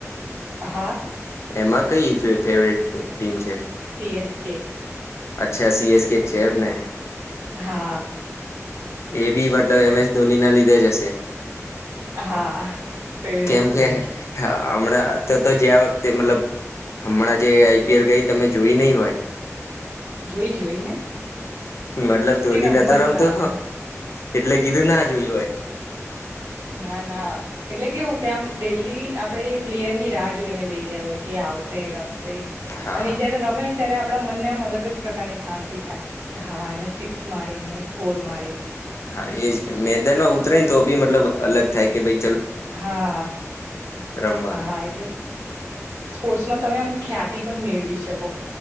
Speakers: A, on the right; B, on the left.
A: હા
B: એમાં કઈ ફેવ ફેવરેટ ટીમ છે.
A: સી એસ કે
B: અચ્છા સીએસ કે છે, એમને
A: હા.
B: એ બી મતલબ એમ એસ ધોની ના લીધે જ હશે
A: હા ફેવરેટ
B: કેમ
A: પ્લેયર
B: કે હમણાં તો તો જે વખ જે મતલબ હમણાં જે આઈ પી એલ ગઈ તમે જોઈ નહીં હોય
A: જોઈ. જોઈ ને
B: મતલબ ધોની
A: રમવા
B: નતો રમતો
A: જ ના આવ્યો
B: એટલે કીધું ના જોયું હોય.
A: ના ના એટલે કેવું કે આમ ડેલી આપડે એ પ્લેયર ની રાહ જોઈને બેહી રહ્યા હોય કે આવશે રમ સે
B: હા
A: અને જયારે રમે ત્યારે આપણા મનને આમ અલગ જ પ્રકારની શાંતિ થાય હા એને સિક્સ મારી એને ફોર મારી
B: હા એજ મેદાન માં ઉતરે ને તો બી મતલબ અલગ થાય કે ભય
A: હા હા
B: રમવા.
A: હા હા એટલે સ્પોર્ટ્સમાં તમે આમ ખ્યાતિ પણ મેળવી શકો